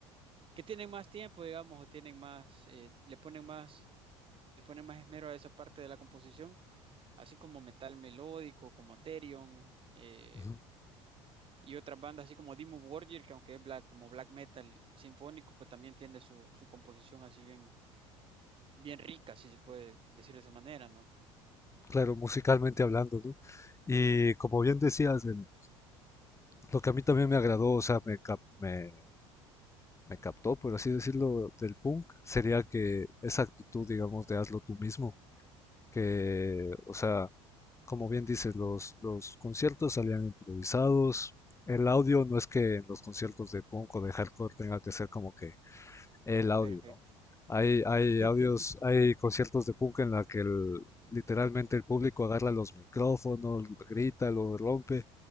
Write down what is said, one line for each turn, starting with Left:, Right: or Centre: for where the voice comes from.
Right: que tienen más tiempo, digamos, o tienen más, eh, le ponen más, le ponen más esmero a esa parte de la composición así como metal melódico, como Therion, eh,
Left: ujú.
Right: y otras bandas así como Dimmu Borgir, que aunque es black, como black metal sinfónico, pues también tiene su, su composición así bien, bien rica, si se puede decir de esa manera, ¿no?
Left: Claro, musicalmente hablando, ¿no? Y como bien decías, el- lo que a mí también me agradó, o sea, me, cap- me, me captó, por así decirlo, del punk, sería que esa actitud, digamos, de hazlo tú mismo. que, o sea, como bien dices, los, los conciertos salían improvisados. El audio no es que en los conciertos de punk o de hardcore tenga que ser como que el audio,
Right: Perfecto.
Left: ¿no? Hay, hay
Right: <laughs>
Left: audios, hay conciertos de punk en la que el- literalmente el público agarra los micrófonos, grita, lo rompe,